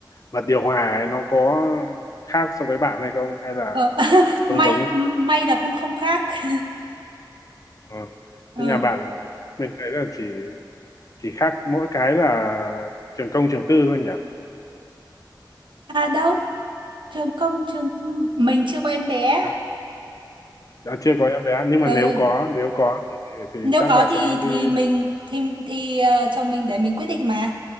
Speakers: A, on the left (about 45°); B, on the right (about 85°).
A: bật điều hòa ấy, nó có khác so với bạn hay không hay là
B: ờ, <laughs> may
A: giống giống nhau
B: may là không không khác <laughs>
A: ừ.
B: ừ.
A: thế nhà bạn mình thấy là chỉ chỉ khác mỗi cái là trường công trường tư thôi nhỉ
B: à đâu trường công trường mình chưa có em bé
A: Ừ, à, chưa có em bé nhưng
B: ừ.
A: mà nếu có nếu có thì, thì
B: nếu
A: chắc
B: có
A: là
B: thì
A: sẽ
B: thì
A: đi
B: mình thì thì ờ, chồng mình để mình quyết định mà